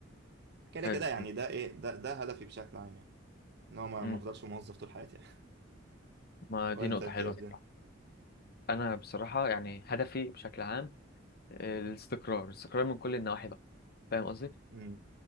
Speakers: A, on the right (about 55°); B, on the left (about 50°).
A: كده
B: حلو
A: كده يعني
B: حلو
A: ده ايه ده ده هدفي بشكل عام يعني ان هو ما
B: مم،
A: ما افضلش موظف طول حياتي يعني <laughs>
B: ما
A: وانت
B: دي نقطة
A: انت
B: حلوة
A: ايه الدنيا
B: بصراحة انا بصراحة يعني هدفي بشكل عام آه، الاستقرار الاستقرار من كل النواحي بقى فاهم قصدي
A: امم